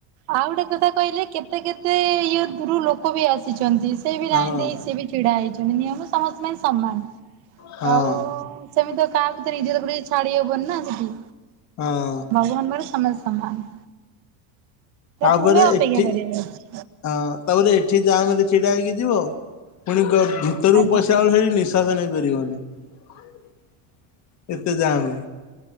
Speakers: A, on the right; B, on the left.
A: ଆଉ ଗୋଟେ କଥା କହିଲେ କେତେ କେତେ ଇଏ ଦୂର ଲୋକ ବି ଆସିଛନ୍ତି ସେ ବି
B: ହଁ।
A: ଲାଇନ୍ ଦେଇ ସିଏ ବି ଛିଡା ହେଇଛନ୍ତି ନିୟମ ସମସ୍ତଙ୍କ ପାଇଁ ସମାନ
B: ହଁ
A: ଆଉ ସେମିତି ତ କାହାକୁ ତ ନିଜର କରି ଛାଡି ହବନି ନା ସେଠି।
B: ହଁ।
A: ଭଗବାନଙ୍କ ପାଖରେ ସମସ୍ତେ ସମାନ।
B: ତାପରେ
A: ତୁମେ ଅପେକ୍ଷା
B: ଏଠି
A: କରିବାର ଅଛି
B: ହଁ ତାପରେ ଏଠି ଯାହା ବି ହେଲେ ଛିଡା ହେଇକି ଯିବ ପୁଣି କହିବ ଭିତରକୁ
A: ଆଜ୍ଞା
B: ପସିଇା ବେଳକୁ ସେଠି ନିଶ ଶ୍ୱାସ ନେଇପାରିବନି ଏତେ ଯାମେ।